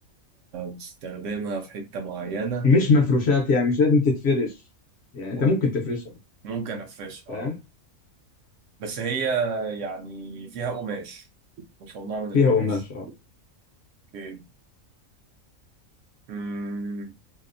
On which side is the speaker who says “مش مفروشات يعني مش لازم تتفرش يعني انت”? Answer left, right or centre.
Left